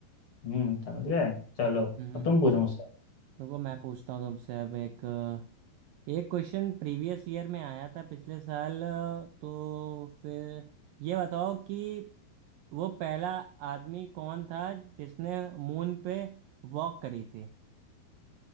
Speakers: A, on the left; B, on the right.
A: हम्म समझ गए चलो
B: हम्म
A: अब तुम पूछो मुझसे
B: देखो मैं पूछता हूँ तुमसे अब एक एक क्वेश्चन प्रीवियस ईयर में आया था पिछले साल तो फिर ये बताओ कि वो पहला आदमी कौन था जिसने मून पे वॉक करी थी